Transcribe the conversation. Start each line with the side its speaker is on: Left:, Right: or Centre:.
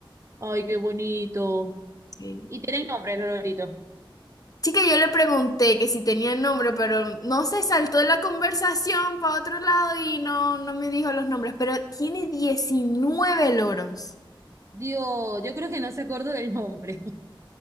Right: Ay, qué bonito.
Left: Sí.
Right: ¿Y tienen nombre, los loritos?
Left: Chica, yo le pregunté que si tenía nombre, pero no sé, saltó de la conversación para otro lado y no, no me dijo los nombres, pero tiene diecinueve loros.
Right: Dios, yo creo que no se acuerda del nombre.